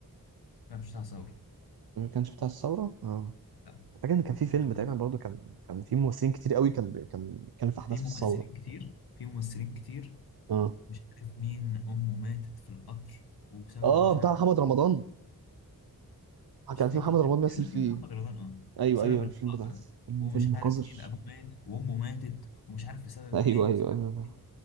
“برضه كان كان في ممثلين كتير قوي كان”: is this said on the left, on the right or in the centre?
Right